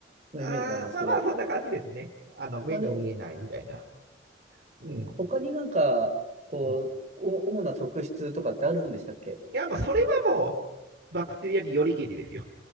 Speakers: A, on the right; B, on the right.
A: のイメージなんですけど、
B: あーまあまあ、そんな感じですね。あの、目に見えないみたいな。
A: まあ、で、
B: うん。
A: 他になんか、こう、
B: うん
A: お主な特質とかってあるんでしたっけ
B: いや、まあ、それはもう、バクテリアによりけりですよ。